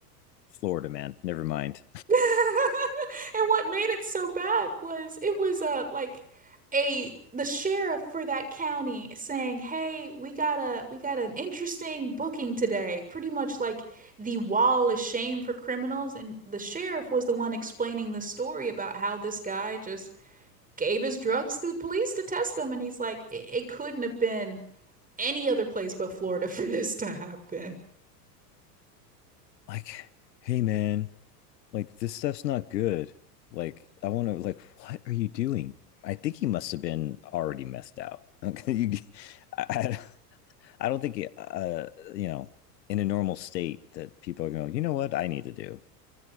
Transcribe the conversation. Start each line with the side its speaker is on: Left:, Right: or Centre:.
Left: Florida man? Never mind.
Right: <laughs> And what made it so bad was it was uh like a the sheriff for that county saying, "Hey, we got a we got an interesting booking today." Pretty much like the wall of shame for criminals, and the sheriff was the one explaining the story about how this guy just gave his drugs to the police to test them, and he's like, "It, it couldn't have been any other place but Florida for this to happen."
Left: Like, hey, man, like this stuff's not good. Like, I want to, like, what are you doing? I think he must have been already messed out. Okay, <laughs> you, I, I- I don't think, uh, you know, in a normal state that people are going, you know what, I need to do